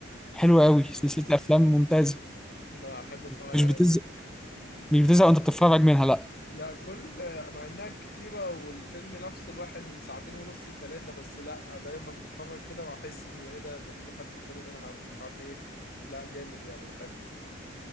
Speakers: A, in the centre; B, on the left.
A: حلو
B: أه
A: قوي سلسلة افلام ممتازة
B: بحب اتفرج
A: مش
B: عليها
A: بتزهق
B: جدا
A: مش بتزهق وانت بتتفرج منها لا
B: لا كل مع انها كتيره والفيلم نفس الواحد من ساعتين ونص لثلاثه بس لا دايما بتفرج كده واحس ان ايه ده ده دي ما خدتش بالي منها مش عارف ايه لا جامد يعني بحب